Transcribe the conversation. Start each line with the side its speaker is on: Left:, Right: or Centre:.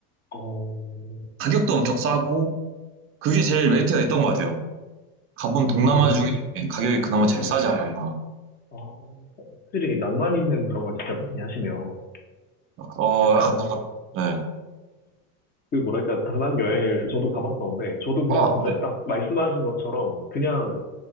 Left: 어,
Right: 가격도 엄청 싸고 그게 제일 메리트가 있던 것 같아요. 가본 동남아
Left: 어, 근데,
Right: 중에
Left: 진-
Right: 가격이 그나마
Left: 네네.
Right: 제일 싸지 않았나.
Left: 어, 확실히 낭만 있는 그런 걸 진짜 많이 하시네요.
Right: 어,
Left: 약간
Right: 약간 뭔가 네.
Left: 그 뭐랄까 다낭 여행을 저도 가봤었는데 저도 그냥
Right: 아,
Left: 진짜
Right: 네.
Left: 딱 말씀하신 것처럼 그냥